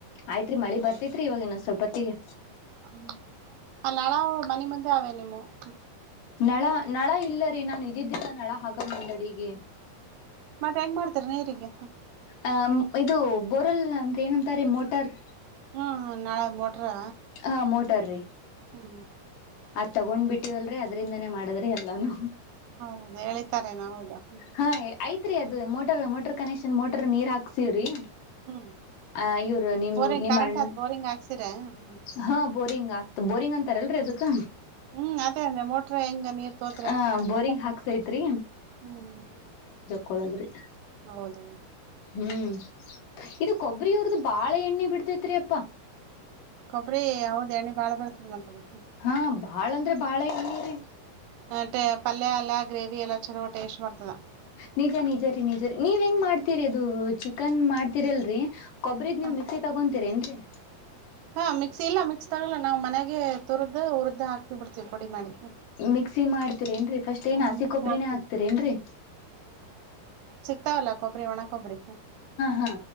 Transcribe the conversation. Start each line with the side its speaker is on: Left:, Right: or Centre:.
Left: ಆಯ್ತ್ರಿ ಮಳಿ ಬರ್ತತ್ರಿ ಇವಾಗ ಇನ್ನೊ ಸ್ವಲ್ಪತ್ತಿಗೆ.
Right: ಹ್ಮ ಅಲ್ಲಳಾವು ಮನೆ ಮುಂದೆ ಅವೆ ನಿಮ್ಮ. <unintelligible>
Left: ನಳ ನಳ ಇಲ್ಲರೀ ನಾನು ಇದಿದ್ದೀನ ನಳ ಹಾಗಲ್ಲ ಮಂಡಡಿಗೆ.
Right: ಮತ್ತೆ ಹೆಂಗ ಮಾಡ್ತಾರೆ ನೀರಿಗೆ.
Left: ಆ ಮ್ ಇದು. ಬೋರಲ್ ಅಂದ್ರೆ ಏನಂತಾರೆ ಮೋಟಾರ್.
Right: ಹ್ಮ್ ಹ್ಮ ನಾಳೆ ಮೋಟ್ ಟ್ರಾ
Left: ಹಾ ಮೋಟಾರ್ ರೀ
Right: ಹ್ಮ್
Left: ಅದ್ ತಗೊಂಡ್ ಬಿಟ್ಟಿವಲ್ರರಿ ಅದ್ರಿಂದನೇ ಮಾಡದ್ರಿ ಎಲ್ಲಾನು.
Right: ಹೌದು ಹೇಳಿತಾರೇನ ಹೌದಾ.
Left: ಹಾ ಐತ್ರಿ ಮೋಟರ್ ಮೋಟರ್ ಕನೆಕ್ಷನ್ ಮೋಟರ್ ನೀರ್ ಹಾಕ್ಸೀವ್ರೀ.
Right: ಹ್ಮ್
Left: ಆ ಇವರು ನಿಮ್
Right: ಬೋರಿಂಗ್
Left: ನಿಮ್ಮ
Right: ಕರೆಂಟ್
Left: ಅಣ್
Right: ಆದ್ ಬೋರಿಂಗ್ ಹಾಕ್ಸಿರ್ಯಾ? ಹ್ಮ್
Left: ಹಾ ಬೋರಿಂಗ್ ಆಗ್ತ ಬೋರಿಂಗ್ ಅಂತಾರಲ್ರಿ ಅದು ಕ್ಕ.
Right: ಹ್ಮ್ ಅದೇ ಅಂದೆ ಮೋಟ್ರ ಹೆಂಗ ನೀರ್ ತೋತ್ರಿ ಅಂತೆ
Left: ಆ
Right: ನಾ ಅಂದೇ
Left: ಬೋರಿಂಗ್ ಹಾಕ್ಸೈತ್ರಿ
Right: ಹ್ಮ್
Left: ಕೊಳದ್ರಿ
Right: ಹೌದೌದು.
Left: ಹ್ಮ್ ಇದು ಕೊಬ್ಬರಿವ್ರ್ದು. ಪಾಳೆ ಎಣ್ಣೆ ಬಿಡ್ತೇತ್ರಿ ಯಪ್ಪಾ.
Right: ಕೊಬ್ರರಿ ಹೌದ ಎಣ್ಣಿ ಬಾಳ ಬರ್ತದ ಅಂತಂದು.
Left: ಹಾ ಬಾಳ ಅಂದ್ರೆ ಬಾಳ ಎಣ್ಣಿರೀ
Right: ಅತೆ ಪಲ್ಯ ಎಲ್ಲ ಗ್ರೇವಿ ಎಲ್ಲಾ ಚಲೋ ಟೇಸ್ಟ್ ಬರ್ತದ.
Left: ನಿಜ ನಿಜರೀ ನಿಜರೀ ನೀವ್ ಹೆಂಗ್ ಮಾಡ್ತೀರಿ. ಇದು ಚಿಕನ್ ಮಾಡ್ತಿರಲ್ರಿ. ಕೊಬ್ಬ್ರಿದ್ ನೀವು
Right: ಹ
Left: ಮಿಕ್ಸಿ ತಗೊಂಡ್. ತಿರೇಂದ್ರಿ.
Right: ಹಾ ಮಿಕ್ಸಿ ಇಲ್ಲ ಮಿಕ್ಸ್ ತಗೋಲ್ಲ ನಾವ್ ಮನೆಗೆ ತುರ್ದು ಉರ್ದ್ ಹಾಕ್ತಿವಿ ಹಾಕ್ಕ ಬಿಡ್ತೀವಿ ಪುಡಿ ಮಾಡಿ.
Left: ಮಿಕ್ಸಿ ಮಾಡ್ತೀರಿ ಏನ್ರೀ. ಫಸ್ಟ್ ಏನ್
Right: ಹ್ಮ
Left: ಹಸಿಕೊಬ್ಬರಿಣ್ಣೆ
Right: ಮಿಕ್ಸಿಗ್ ಹಾಕ್ತಿವಿ
Left: ಹಾಕ್ತೀರ ಏನ್ರರಿ.
Right: ತವಲ್ಲ ಕೊಬ್ರಿ ಒಣ ಕೊಬ್ರಿ. ಹ್ಮ
Left: ಹಾ